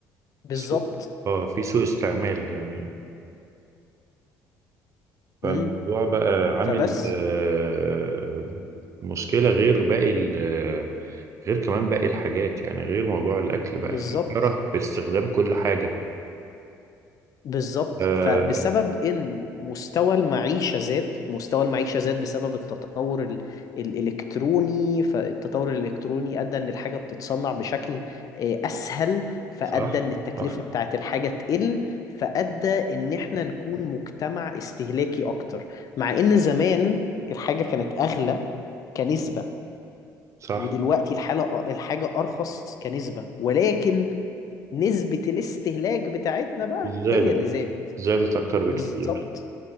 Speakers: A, on the left; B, on the right.
A: بالظبط
B: سوء اه في سوء استعمال يعني فالموضوع
A: امم
B: بقى عامل
A: فبس
B: آه، مشكلة غير باقي ال- آه، غير كمان باقي الحاجات يعني غير موضوع الأكل بقى
A: بالظبط
B: فيه شره في استخدام كل حاجة
A: بالظبط
B: آه،
A: فبسبب ان مستوى المعيشه زاد مستوى المعيشه زاد بسبب التطور ال... الالكتروني فالتطور الالكتروني ادى ان الحاجه بتتصنع بشكل آه، اسهل فادى
B: صح
A: ان التكلفه
B: صح
A: بتاعت الحاجه تقل فادى ان احنا نكون مجتمع استهلاكي اكتر مع ان زمان الحاجه كانت اغلى كنسبه
B: صح
A: ودلوقتي الحاله الحاجه ارخص كنسبه ولكن نسبه الاستهلاك بتاعتنا بقى
B: زادت
A: هي اللي زادت
B: زادت أكتر بكتير
A: بالظبط